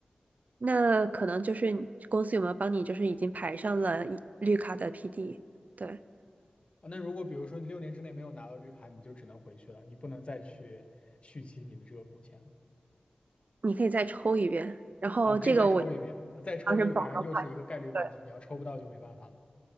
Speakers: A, on the right; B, on the left.
A: 那可能就是公司有没有帮你，就是已经排上了一绿卡的 PD，对，
B: 啊，那如果比如说你六年之内没有拿到绿卡，你就只能回去了，你不能再去续期你的这个工签了。
A: 你可以再抽一遍。然后这个我
B: 哦，可以再抽一遍，啊，再抽就反正又是一个概率问题，
A: 当时保的话题，对
B: 你要抽不到就没办法了。